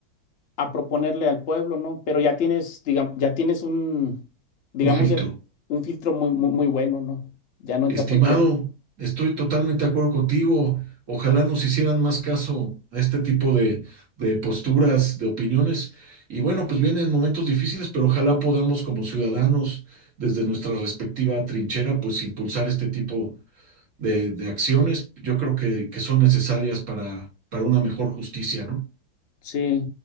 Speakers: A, on the left (about 55°); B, on the right (about 45°).
A: a proponerle al pueblo, ¿no? Pero ya tienes, digamos, ya tienes un, digamos,
B: Un filtro.
A: ya un filtro muy, muy, muy bueno, ¿no? Ya no entra
B: Estimado,
A: cualquiera.
B: estoy totalmente de acuerdo contigo. Ojalá nos hicieran más caso a este tipo de, de posturas, de opiniones. Y bueno, pues vienen momentos difíciles, pero ojalá podamos como ciudadanos, desde nuestra respectiva trinchera, pues impulsar este tipo de, de acciones. Yo creo que, que son necesarias para, para una mejor justicia, ¿no?
A: Sí.